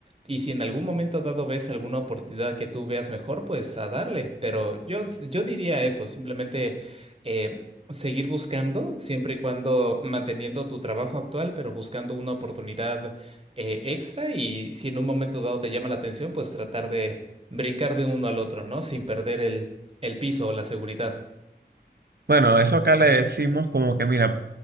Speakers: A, on the right; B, on the right.
A: y si en algún momento dado ves alguna oportunidad que tú veas mejor, pues a darle, pero yo, s- yo diría eso, simplemente... eh, Seguir buscando, siempre y cuando manteniendo tu trabajo actual, pero buscando una oportunidad eh, extra y si en un momento dado te llama la atención, pues tratar de brincar de uno al otro, ¿no? Sin perder el, el piso o la seguridad.
B: Bueno, eso acá le decimos como que, mira,